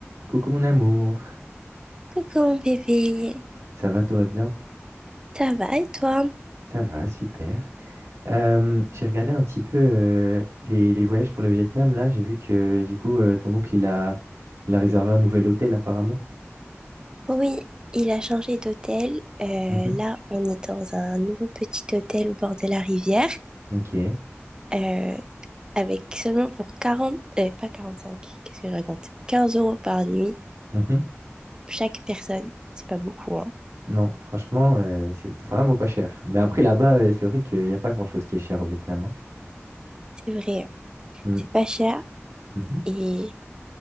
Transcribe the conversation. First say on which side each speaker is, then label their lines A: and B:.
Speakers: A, on the right; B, on the right.
A: Coucou mon amour,
B: Coucou mon bébé,
A: ça va, tout va bien?
B: ça va et toi?
A: Ça va, super. Euh, j'ai regardé un petit peu euh, les, les voyages pour le Vietnam, là, j'ai vu que du coup euh, ton oncle il a, il a réservé un nouvel hôtel apparemment.
B: Oui, il a changé d'hôtel. Euh,
A: Mhm.
B: là, on est dans un nouveau petit hôtel au bord de la rivière,
A: Ok.
B: euh, avec seulement pour 40, euh, pas cinq qu'est-ce que je raconte? 15 euros par nuit,
A: Mhm.
B: chaque personne. C'est pas beaucoup, hein.
A: Non, franchement, euh, c'est vraiment pas cher. Mais après là-bas, euh, c'est vrai qu'il n'y a pas grand-chose qui est cher au Vietnam. hein.
B: C'est vrai,
A: Mm.
B: c'est pas cher
A: Mhm.
B: et